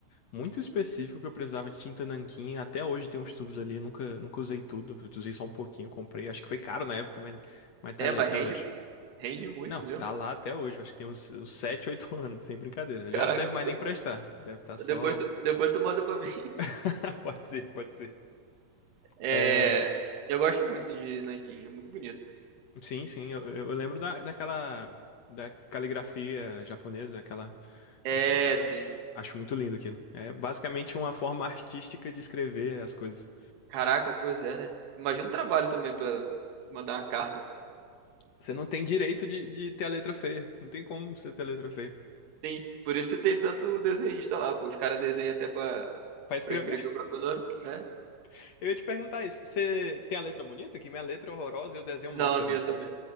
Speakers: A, on the left; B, on the right.
A: muito específico que eu precisava de tinta nanquim. Até hoje tem uns tubos ali, nunca, nunca usei tudo. Eu usei só um pouquinho, comprei. Acho que foi caro na época, mas, mas tá
B: É,
A: ali
B: mas
A: até
B: rende,
A: hoje.
B: rende muito
A: Não,
B: mesmo.
A: tá lá até hoje. Acho que tem uns, uns 7, 8 <laughs> anos, sem brincadeira.
B: Caraca,
A: Já não deve mais nem prestar. Deve estar só.
B: depois tu, depois tu manda pra <laughs> mim.
A: <laughs> Pode ser, pode ser.
B: É,
A: É,
B: eu gosto muito de nanquim, é muito bonito.
A: sim, sim, eu, eu- eu lembro da, daquela da caligrafia japonesa, aquela
B: É,
A: acho, ah,
B: sim.
A: acho muito lindo aquilo. É basicamente uma forma <laughs> artística de escrever as coisas.
B: Caraca, pois é, né? Imagina o trabalho também pra mandar uma carta. sei lá.
A: Você não tem direito de, de ter a letra feia. Não tem como você ter a letra feia.
B: Tem, por isso que tem tanto desenhista lá, pô. Os caras desenham até pra,
A: Pra escrever,
B: pra escrever o próprio nome, né?
A: <laughs> eu ia te perguntar isso. Você tem a letra bonita? Que minha letra é horrorosa e eu desenho
B: Não,
A: mal também.
B: a minha também.